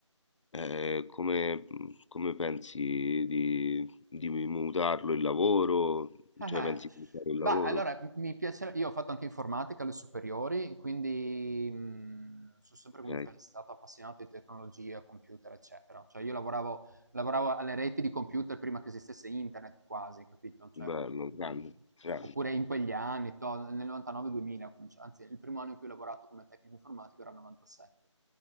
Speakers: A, on the left (about 70°); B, on the right (about 35°).
A: eh, come, come pensi di, di mutarlo il lavoro?
B: Eh-eh.
A: Cioè pensi di mutare il
B: Bah,
A: lavoro?
B: allora m mi piace io ho fatto anche informatica alle superiori, quindi, mhmm, son sempre
A: Ok,
B: comunque stato appassionato di tecnologia, computer, eccetera. Cioè io lavoravo lavoravo alle reti di computer prima che esistesse internet quasi, capito, cioè,
A: bello,
B: mhmm,
A: grande, grande.
B: oppure in quegli anni, to nel 99, 2000 ho cominci anzi il primo anno in cui ho lavorato come tecnico informatico era il 97.